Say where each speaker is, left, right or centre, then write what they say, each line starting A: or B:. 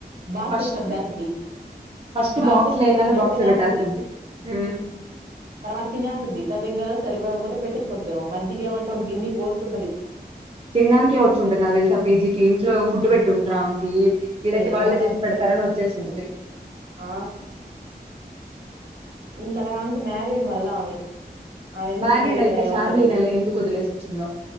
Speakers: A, on the right; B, on the right.
A: బాక్స్త్
B: ఫస్ట్
A: సర్దేస్దది
B: ఫస్ట్
A: బాగ
B: బాక్స్
A: సద్ద్దేస్
B: లేయంగానే
A: నక
B: బాక్స్‌లో
A: తినేస్తుంది
B: బెట్టేస్తది. హ్మ్.
A: తర్వాత తినేస్తుంది తనకంద సరిపోకపోతే పెట్టిండు ఉంటుంది మజ్జగ ఏమంట ఒక గిన్నకు పొసుకోసుకుంటుది
B: తినడానినికే విచ్చుకుంటుంది నాకు తెలుసి పీజీకి ఇంట్లో ఫుడ్ పెట పెట్టి ఉండరా ఆమెకి ఈడైతే
A: ఏమో
B: వాళ్ళే చేసి పెడతారని వచ్చేసింటది
A: ఆ ఇంతలాంకి మ్యారీడ్ మళ్ళ అవి ఆమె ఎందుకుందో
B: మ్యారీడ్
A: ఇక్కడ
B: అయితే
A: ఏమో
B: ఫ్యామిలీని
A: తెలీదు
B: ఎలా ఎందుకు వదిలేసి వచ్చిందో